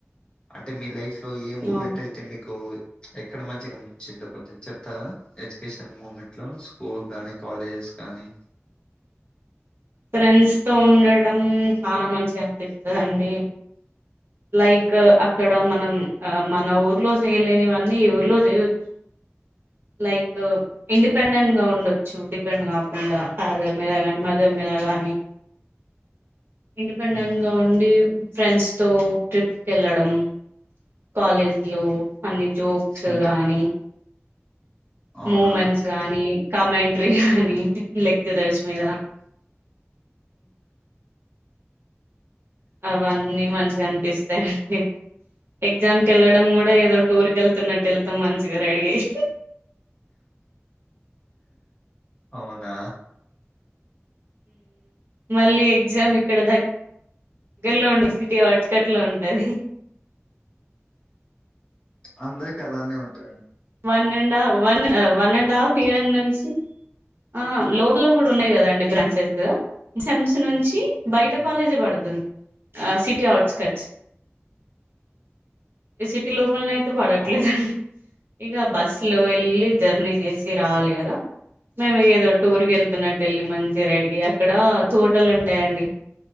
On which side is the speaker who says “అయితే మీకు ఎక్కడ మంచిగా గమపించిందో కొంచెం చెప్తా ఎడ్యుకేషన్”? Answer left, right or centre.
Left